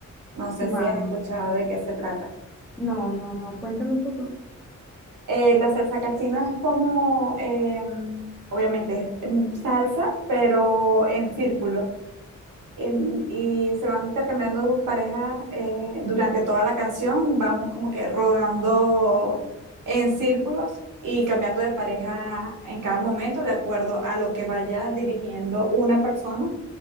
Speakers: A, on the right (about 80°); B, in the centre.
A: No sé
B: Wow.
A: si has escuchado de qué se trata.
B: No, no, no. Cuéntame un poco.
A: Eh, la salsa casino es como, eh, obviamente, es mm, salsa, pero en círculo. En- y se van intercambiando parejas eh, durante toda la canción. Vamos como que rodando en círculos y cambiando de pareja en cada momento de acuerdo a lo que vaya dirigiendo una persona